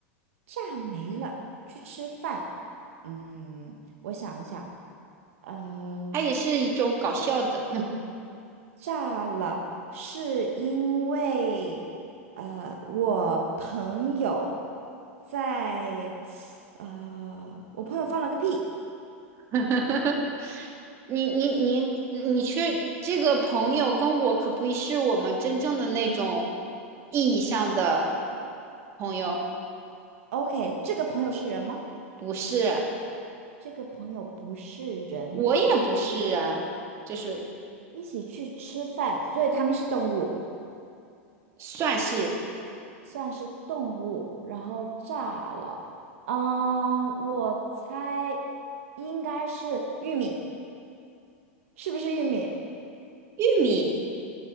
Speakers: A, on the right (about 75°); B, on the right (about 40°).
A: 炸没了，去吃饭。嗯，我想一下，呃，
B: 它也是一种搞笑的。
A: 炸了，是因为呃，我朋友在呃，我朋友放了个屁。
B: <laughs> 你你你你去这个朋友跟我可不是我们真正的那种意义上的朋友，
A: OK，这个朋友是人吗？
B: 不是，
A: 这个朋友不是人，
B: 我也不是啊，就是
A: 一起去吃饭，所以他们是动物，
B: 算是
A: 算是动物。然后炸了，嗯、我猜应该是玉米，是不是玉米？
B: 玉米。